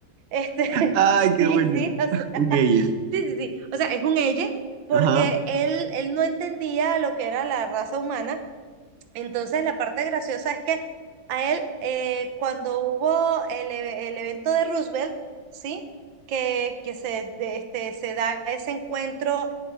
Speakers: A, on the right; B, on the right.
A: Este,
B: Ay,
A: <laughs> sí,
B: qué buena.
A: sí, o sea.
B: Un ella.
A: Sí, sí, sí. O sea, es un ella porque
B: Ajá. <laughs>
A: él, él no entendía lo que era la raza humana. Entonces, la parte graciosa es que a él, eh, cuando hubo el, e- el evento de Roosevelt, ¿sí? Que, que se, de- este, se da ese encuentro